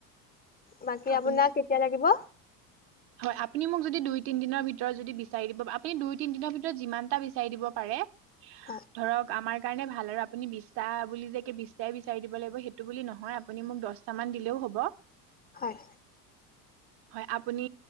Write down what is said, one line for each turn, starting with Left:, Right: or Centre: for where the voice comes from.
Left: বাকী
Right: আপুনি
Left: আপোনাক কেতিয়া লাগিব।
Right: হয় আপুনি মোক যদি দুই তিনিদিনৰ ভিতৰত যদি বিচাৰি দিব আপুনি দুই তিনি দিনৰ ভিতৰত যিমানটা বিচাৰি দিব পাৰে।
Left: হয়
Right: ধৰক আমাৰ সেই কাৰণে ভাল আৰু আপুনি বিশটা বুলি যে বিশটাই বিচাৰি দিব লাগিব সেইটো বুলি নহয়। আপুনি মোক দহটামান দিলেও হ'ব।
Left: হয়।
Right: হয়। আপুনি